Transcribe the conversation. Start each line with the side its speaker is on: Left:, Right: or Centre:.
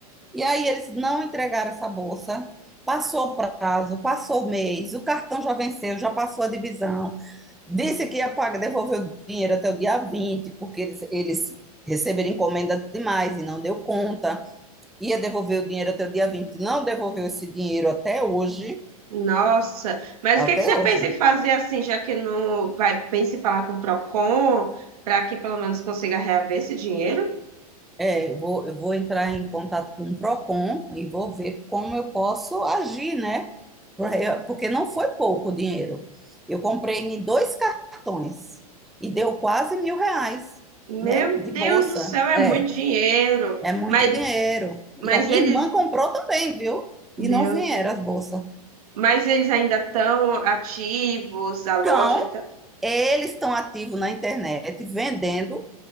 Centre: E aí eles não entregaram essa bolsa. Passou o prazo, passou o mês, o cartão já venceu, já passou a divisão. Disse que ia pagar, devolver o dinheiro até o dia 20 porque eles, eles receberam encomenda demais e não deu conta. Ia devolver o dinheiro até o dia vinte não devolveu esse dinheiro até hoje.
Right: nossa. Mas
Centre: Até
Right: o que que você
Centre: hoje.
Right: pensa em fazer assim, já que não vai, pensa em falar com o Procon, para que pelo menos consiga reaver esse dinheiro?
Centre: É, eu vou, eu vou entrar em contato com o Procon e vou ver como eu posso agir, né? Por- eu- Porque não foi pouco o dinheiro. Eu comprei em dois cartões e deu quase mil reais,
Right: Meu
Centre: né? De
Right: Deus
Centre: bolsa.
Right: do céu, é
Centre: É,
Right: muito dinheiro.
Centre: é muito
Right: Mas,
Centre: dinheiro.
Right: mas
Centre: E a minha
Right: eles,
Centre: irmã comprou também, viu?
Right: meu
Centre: E não vieram
Right: Deus.
Centre: as bolsas.
Right: Mas eles ainda estão ativos, a loja,
Centre: Então,
Right: então
Centre: eles estão ativos na internet vendendo